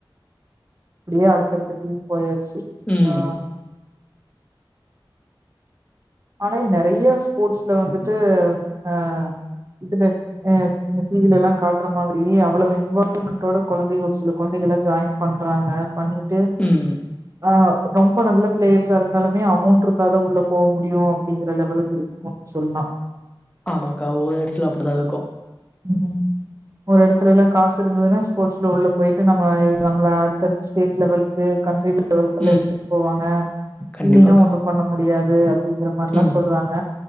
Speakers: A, on the right (about 35°); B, on the left (about 15°).
A: அப்டியே அடுத்தடுத்து டீம் போயாச்சு
B: ம்
A: ஆ ஆனா நெறைய ஸ்போட்ஸ்ல வந்துட்டு அ இதுல அ டி வி ல எல்லா காட்ற மாதிரி அவ்ளவு இன்வால்வ்மெண்டோட கொழந்தைக ஒரு சில கொழந்தைகள்லா ஜாயின் பண்றாங்க பண்ணிட்டு
B: ம்
A: ஆ ரொம்ப நல்ல பிளேயர்ஷா இருந்தாலுமே அமௌண்ட் இருந்தாதா உள்ள போவ் மு டியு அப்டிங்கிற லெவலுக்கு இருக்குன் சொன்னா
B: ஆமாக்கா ஒவ்வொ எடத்துல அப்டிதா இருக்கு
A: உம் ஒரு எடத்துல எல்லா காசு இருந்ததுன்னா ஸ்போட்ஸ்ல உள்ள போயிட்டு நம்ம நம்மல அடுத்தடுத்த ஸ்டேட் லெவல்க்கு கண்ட்ரி லெவல்க்கெல்லா
B: ம்
A: எடுத்துட் போவாங்க
B: கண்டிப்பாக்கா
A: இல்லீனா ஒண்ணு பண்ண முடியா து அ ப்டிங்கற மாரில்லா
B: ம்
A: சொல்றாங்க